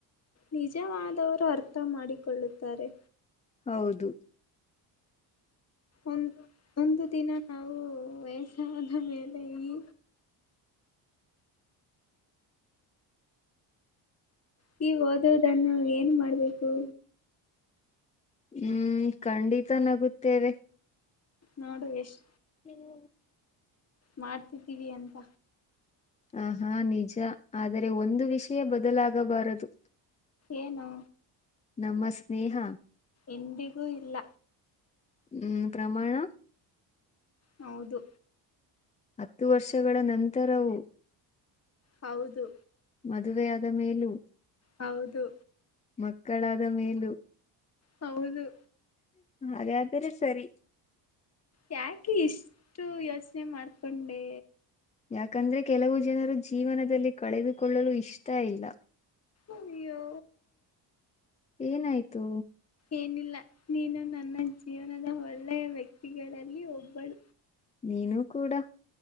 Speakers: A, on the left (about 35°); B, on the left (about 15°).
A: ನಿಜವಾದವರು ಅರ್ಥ ಮಾಡಿಕೊಳ್ಳುತ್ತಾರೆ
B: ಹೌದು
A: ಒ ಒಂದು ದಿನ ನಾವು ವಯಸಾದ ಮೇಲೆ ಈ ನೀವ ಓದದನ್ನು ಏನ್ ಮಾಡ ಹ
B: ಹ್ಮ್ ಖಂಡಿತ ನಗುತ್ತೇವೆ
A: ನೋಡು ಎಷ್ಟ್
B: ಹ್ಮ್
A: ಮಾಡ್ತಿದ್ದೀವಿ ಅಂತ
B: ಅಹಾ ನಿಜ ಆದರೆ ಒಂದು ವಿಷಯ ಬದಲಾಗಬಾರದು
A: ಏನು
B: ನಮ ಸ್ನೇಹ
A: ಎಂದಿಗೂ ಇಲ್ಲ
B: ಹ್ಮ್ ಪ್ರಮಾಣ
A: ಹೌದು
B: ಹತ್ತು ವರ್ಷಗಳ ನಂತರವು
A: ಹೌದು
B: ಮದುವೆ ಆದ ಮೇಲೂ
A: ಹೌದು
B: ಮಕ್ಕಳಾದ ಮೇಲ
A: ಹೌದು
B: ಅದೇ ಆದರೆ ಸರಿ
A: ಯಾಕೆ ಇಷ್ಟು ಯೋಚನೆ ಮಾಡ್ತ ಪಂಡೆ
B: ಯಾಕಂದ್ರೆ ಕೆಲವು ಜನರು ಜೀವನದಲ್ಲಿ ಕಳೆದುಕೊಳ್ಳಲು ಇಷ್ಟ ಇಲ್ಲ
A: ಅಯ್ಯೋ
B: ಏನಾಯ್ತು
A: ಏನಿಲ್ಲ ನೀನು ನನ್ನಜ್ಜ ಜೀವನದ ಒಳ್ಳೆಯ ವ್ಯಕ್ತಿಗಳಲ್ಲಿ ಒಬ್ಬಳ
B: ನೀನುೂ ಕೂಡ